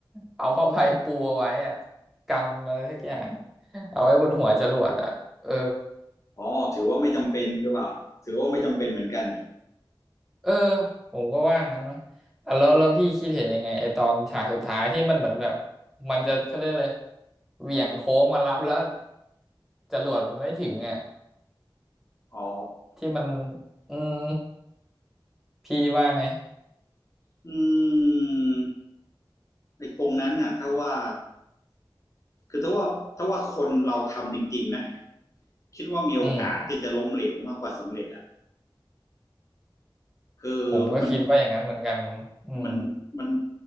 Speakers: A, in the centre; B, on the left.
A: เอาผ้าใบปูเอาไว้อะกันอะไรสักอย่าง <laughs> เอาไว้บนหัวจรวดอะเออ
B: อ๋อถือว่าไม่จำเป็นหรือเปล่าถือว่าไม่จำเป็นเหมือนกัน
A: เออผมก็ว่างั้นนะอ่ะแล้วแล้วพี่คิดเห็นยังไงไอตอนฉากสุดท้ายที่มันเหมือนแบบมันจะเขาเรียกเลยเหวี่ยงโค้งมารับแล้วจรวดมันไม่ถึงอ่ะ
B: อ๋อ
A: ที่มันอืมพี่ว่าไง
B: อืมไอ้ตรงนั้นน่ะถ้าว่าคือถ้าว่าถ้าว่าคนเราทำจริงๆนะคิดว่ามีโอกาสที่จะล้มเหลวมากกว่าสำเร็จอ่ะ
A: อืม
B: คือมัน
A: ผมก็คิดว่าอย่างนั้นเหมือนกันอืม
B: มันมัน